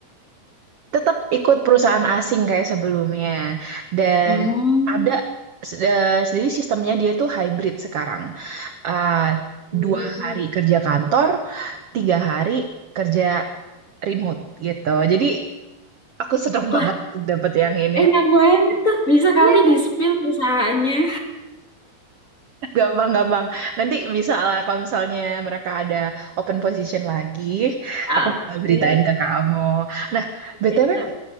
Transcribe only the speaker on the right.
Tetap ikut perusahaan asing kayak sebelumnya. Dan
ada s- eh, jadi sistemnya dia tuh hybrid sekarang. Eh,
dua hari kerja kantor, tiga hari kerja remote gitu. Jadi Aku seneng
banget dapat yang ini.
Iya
kan?
Gampang-gampang. Nanti bisa lah kalau misalnya mereka ada open position lagi,
aku bakal beritain ke kamu. Nah, BTW